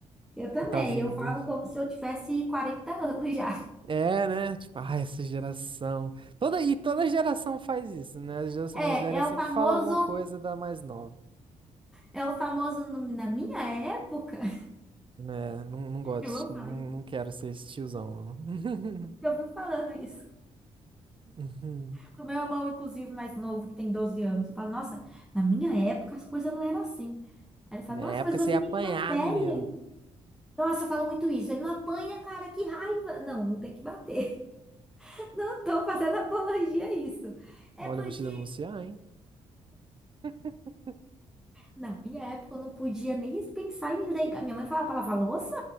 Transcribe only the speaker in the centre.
eu também,
eu falo como se eu tivesse 40 anos já.
É,
é
o famoso,
é o famoso no- na minha época. <laughs>
Eu vou falar
isso,
porque
eu vivo falando isso.
Pro meu irmão, inclusive, mais novo, que tem 12 anos, eu falo, nossa, na minha época as coisas não eram assim. Aí ele fala,
nossa,
mas você
nem
é tão velha.
Nossa, eu falo muito isso. Ele não apanha, cara, que raiva. Não, não tem que bater. <laughs> Não tô fazendo apologia a isso. É
porque
Na minha época, eu não podia nem pensar em ligar. Minha mãe falava pra lavar louça,